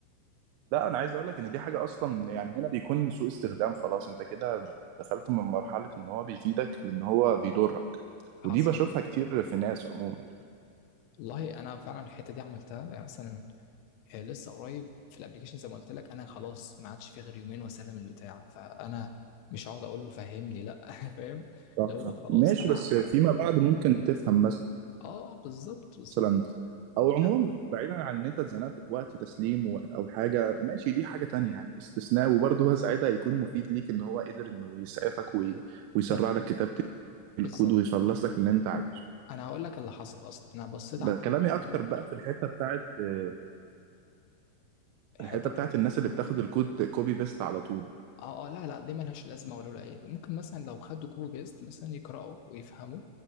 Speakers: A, on the right; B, on the left.
A: لا انا عايز اقول لك ان دي حاجه اصلا يعني هنا بيكون سوء استخدام خلاص انت كده دخلت من مرحله ان هو بيفيدك لان هو بيضرك
B: فحصل
A: ودي بشوفها كتير في ناس عموما
B: والله انا فعلا الحتة دي عملتها يعني مثلا آه، لسه قريب في الابليكيشن زي ما قلت لك انا خلاص ما عادش في غير يومين واسلم البتاع فانا مش هقعد اقول له فهمني لا <laughs> فاهم
A: صح
B: اللي هو
A: صح.
B: خلاص
A: ماشي
B: انا
A: بس
B: عم-
A: فيما
B: اه
A: بعد ممكن تفهم مثلا
B: آه، بالظبط بالظبط
A: مثلا او عموما
B: يعني
A: بعيدا عن ان انت اتزنقت في وقت تسليم و- او حاجه ماشي دي حاجه تانية يعني استثناء وبرضه هو ساعتها هيكون مفيد ليك ان هو قدر انه يسعفك وي... ويسرع
B: بالظبط
A: لك كتابه الكود
B: بالظبط
A: ويخلص لك اللي انت عايزه
B: انا هقول لك اللي حصل اصلا انا بصيت
A: بس
B: على الكود
A: كلامي
B: مرة،
A: اكتر بقى في الحته بتاعت آه، الحته
B: حته
A: بتاعت الناس اللي بتاخد الكود كوبي بيست على طول
B: اه اه لا لا دي ملهاش لازمه ولا ولا ايه ممكن مثلا لو خدوا كوبي بيست مثلا يقراوا ويفهموا